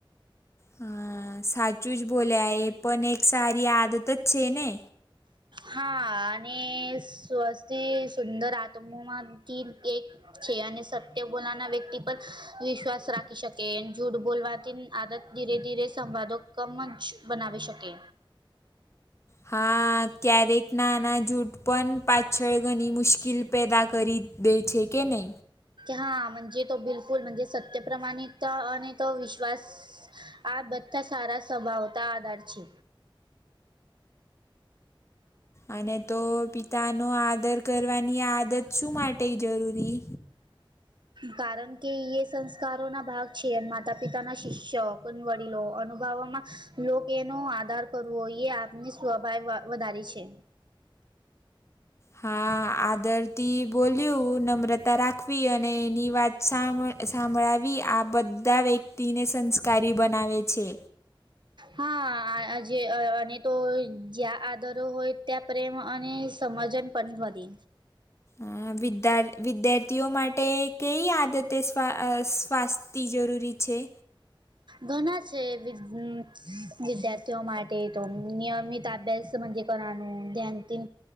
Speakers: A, on the left; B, on the right.
A: હા, સાચું જ બોલ્યા એ પણ એક સારી આદત જ છે ને.
B: હા, અને સ્વસ્થિ સુંદર આત્મોમાંથી એક છે અને સત્ય બોલાના વ્યક્તિ પર વિશ્વાસ રાખી શક કે જૂઠ બોલવાથી આદત ધીરે ધીરે સંવાદો કમ જ બનાવી શકે.
A: હા, ક્યારેક નાના જૂઠ પણ પાછળ ઘણી મુશ્કિલ પેદા કરી દે છે કે ને?
B: હા, મંજે તો બિલકુલ મંજે સત્ય પ્રમાણિતા અને તો વિશ્વાસ આ બધા સારા સ્વભાવતા આધાર છે.
A: અને તો પિતાનો આદર કરવાની આદત શું માટે જરૂરી?
B: કારણ કે યે સંસ્કારોના ભાગ છે. માતા-પિતાના શિષ્ય ષ્ય પણ વડીલો અનુભાવોમાં લોકેનો આદર કરવો યે આપની સ્વભાવ વ-વધારે છે.
A: હા, આદર થી બોલ્યું, નમ્રતા રાખવી અને એની વાત સાંભ-સાંભળા વી આ બધા વ્યક્તિને સંસ્કારી બનાવે છે.
B: હા, આ-આ-આજે અ-અ-અને તો જ્યાં આદરો હોય ત્યાં પ્રેમ અને સમજન પણ વધે.
A: હાન, વિદ્યા-વિદ્યાર્થીઓ માટે કઈ આદતે સ્વા અ સ્વાસ તી જરૂરી છે?
B: ઘણા છે વિદ્ય વિદ્યાર્થીઓ માટે તો. નિયમિત અભ્યાસ મંજે કરવાનું, ધ્યાન થી